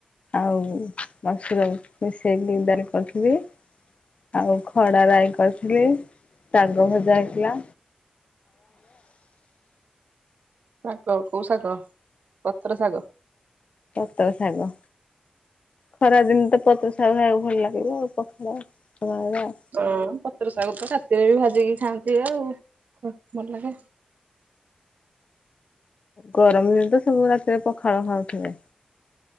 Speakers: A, on the left; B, on the right.
A: ଆଉ ମସୁର ମିଶେଇକି ଡାଲି କରିଥିଲି ଆଉ ଖଡଆ ରାଇ କରିଥିଲି ଆଉ ଶାଗ ଭଜା ହେଇଥିଲା।
B: ଶାଗ କୋଉ ଶାଗ ପତ୍ର ଶାଗ।
A: ପତର ଶାଗ। ଖରା ଦିନ ତ ପତ୍ର ଶାଗ। ଭଲ ଲାଗିବ ଆଉ ପଖାଳ। ପଖାଳରେ ଆଉ।
B: ହଁ ପତ୍ର ଶାଗ। ସେ ବି ଭାଜିକି ଖାଆନ୍ତି ଆଉ। କ ଭଲ ଲାଗେ।
A: ଗରମ ଦିନ ତ ସବୁ ରାତିରେ ପଖାଳ ଖାଉଥିଲେ।